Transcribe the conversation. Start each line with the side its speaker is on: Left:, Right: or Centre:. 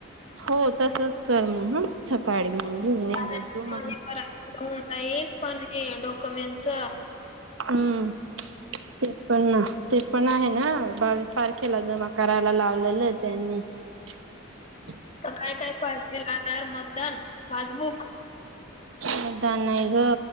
Right: हो तसच कर मग ह सकाळी. मग घेऊन
Left: कारण
Right: येणार तू मग
Left: म हे बय ऑन लाईन पण हे डॉक्युमेंटच.
Right: हम्म. ते पण ना ते पण आहे ना बावीस तारखेला जमा करायला लावलेले आहे त्यांनी. <unintelligible>
Left: तर काय काय पाहिजेल आधार, मतदान, पासबुक,
Right: मतदान नाही ग